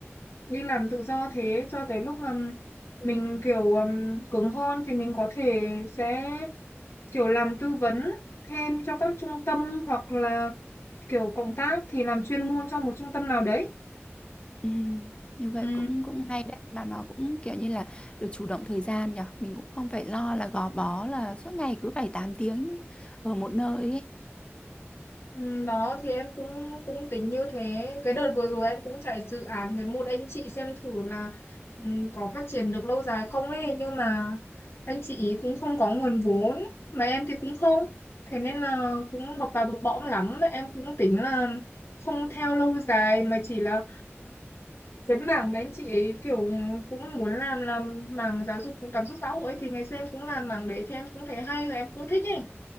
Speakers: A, on the left; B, on the left.
A: đi làm tự do thế cho tới lúc mà mình kiểu um, cứng hơn thì mình có thể sẽ kiểu làm tư vấn thêm cho các trung tâm hoặc là kiểu cộng tác thì làm chuyên môn cho một trung tâm nào đấy
B: Ừ. Như vậy
A: ừ.
B: cũng cũng hay đấy mà nó cũng kiểu như là được chủ động thời gian nhở mình cũng không phải lo là gò bó là suốt ngày cứ phải 8 tiếng ở một nơi ấy.
A: ừ, đó thì em cũng cũng tính như thế cái đợt vừa rồi em cũng chạy dự án với một anh chị xem thử là ừ, có phát triển được lâu dài không ấy nhưng mà anh chị ý cũng không có nguồn vốn mà em thì cũng không thế nên là cũng bập bà bập bõm lắm em cũng tính là không theo lâu dài mà chỉ là cái mảng mà anh chị kiểu cũng muốn làm là mảng giáo dục cảm xúc xã hội ấy, thì ngày xưa em cũng làm mảng đấy thì em cũng thấy hay là em cũng thích ấy